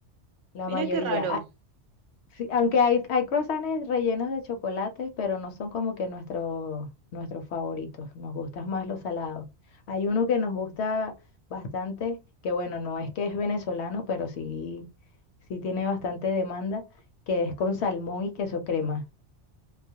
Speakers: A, on the left; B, on the right.
A: La
B: Mira
A: mayoría.
B: qué raro.
A: Ah, sí, aunque hay, hay croissants rellenos de chocolates, pero no son como que nuestro, nuestros favoritos. Nos gustan más los salados. Hay uno que nos gusta bastante, que bueno, no es que es venezolano, pero sí, sí tiene bastante demanda, que es con salmón y queso crema.